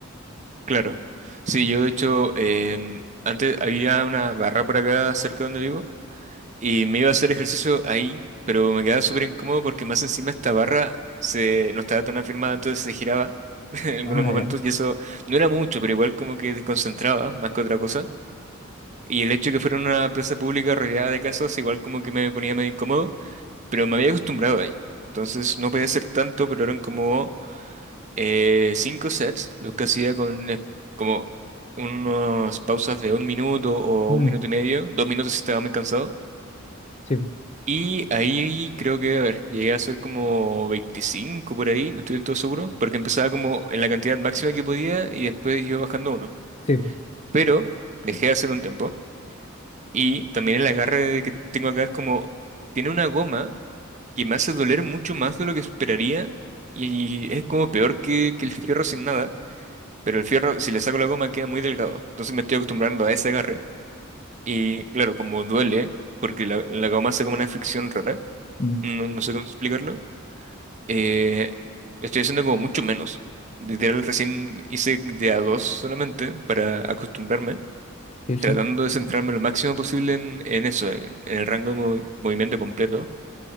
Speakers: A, on the right (about 35°); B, on the left (about 35°).
A: claro. Sí, yo de hecho, em, antes había una barra por acá cerca donde vivo y me iba a hacer ejercicio ahí, pero me quedaba súper incómodo porque más encima esta barra se, no estaba tan afirmada, entonces se giraba <laughs> en algunos
B: Ah,
A: momentos
B: ya.
A: y eso no era mucho, pero igual como que desconcentraba más que otra cosa. Y el hecho de que fuera una plaza pública rodeada de casas, igual como que me ponía medio incómodo, pero me había acostumbrado ahí. Entonces no podía hacer tanto, pero eran como eh, cinco sets, los que hacía con eh, como unas pausas de un minuto o
B: Mm,
A: un minuto y medio, dos minutos si estaba muy cansado.
B: sí, po,
A: Y ahí creo que, a ver, llegué a hacer como 25 por ahí, no estoy del todo seguro, porque empezaba como en la cantidad máxima que podía y después iba bajando uno.
B: sí, po.
A: Pero dejé de hacer un tiempo. Y también el agarre que tengo acá es como, tiene una goma que me hace doler mucho más de lo que esperaría y es como peor que, que el fierro sin nada, pero el fierro si le saco la goma queda muy delgado, entonces me estoy acostumbrando a ese agarre y claro, como duele, porque la, la goma hace como una fricción rara,
B: Mm,
A: no, no sé cómo explicarlo, eh, estoy haciendo como mucho menos. Literal, recién hice de a dos solamente para acostumbrarme.
B: sí, sí.
A: tratando de centrarme lo máximo posible en, en eso, en, en el rango de mov- movimiento completo,